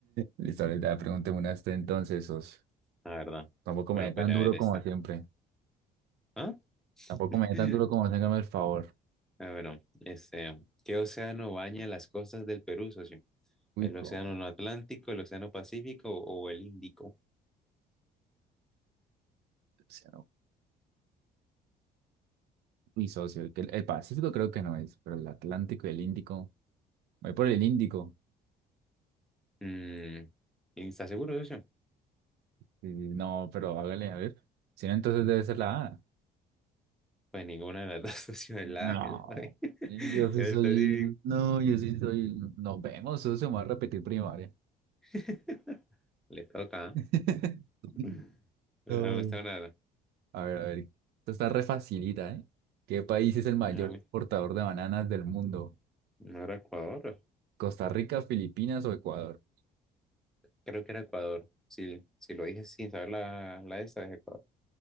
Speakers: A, on the right; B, in the centre.
A: Listo, ahorita pregúnteme una a usted entonces, socio.
B: La verdad.
A: Tampoco
B: Bueno,
A: me dé
B: pero
A: tan
B: a
A: duro
B: ver esta.
A: como siempre.
B: ¿Ah?
A: Tampoco
B: <laughs>
A: me dé tan duro como hágame el favor.
B: Ah, bueno, este, ¿qué océano baña las costas del Perú, socio?
A: Uy,
B: ¿El
A: cómo.
B: océano no Atlántico, el océano Pacífico o, el Índico?
A: O no. Uy, socio, que el, el Pacífico creo que no es, pero el Atlántico y el Índico. Voy por el Índico.
B: Mm, ¿estás seguro, socio?
A: Sí, no, pero hágale, a ver. Si no, entonces debe ser la A.
B: Pues ninguna de las dos, <laughs> socio, es la,
A: No,
B: es la B, <laughs> es
A: yo sí
B: el
A: soy,
B: Pacífico.
A: no, yo sí soy, nos vemos, eso se me va a repetir primaria.
B: <laughs> Le toca,
A: <laughs>
B: ¿eh? Pero
A: No,
B: no me
A: no.
B: gusta nada.
A: A ver, a ver, esto está re facilita, ¿eh? ¿Qué país es el mayor
B: No, no
A: exportador de bananas del mundo?
B: no era Ecuador,
A: ¿Costa Rica, Filipinas o Ecuador?
B: creo que era Ecuador. Si, si lo dije sin saber la, la de esa, es Ecuador.